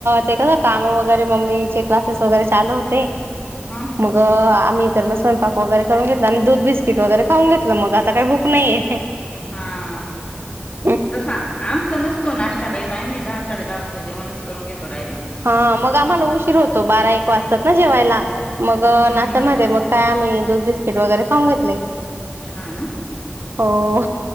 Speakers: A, on the right (about 75°); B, on the left (about 30°).
A: ते कस काम वगैरे मम्मीचे क्लासेस वगैरे चालू होते
B: ह
A: मग ग मी तर मग स्वयंपाक वगैरे करून घेतला आणि दूध बिस्किट वगैरे खाऊन घेतलं मग आता का भूक नाहीे...
B: हा...
A: एक..
B: तसा आमचा नसतो नाश्ता काहीच आम्ही दहा साडे दहा वाजता जेवणच करून घेतो डायरेक्ट..
A: हा मग आम्हाला उशीर होतो बारा एक वाजतात ना जेवायला मग
B: हम्म
A: ना... मध्ये मग काय आम्ही दूध बिस्किट वगैरे खाऊन घेतले...
B: हा ना
A: हो...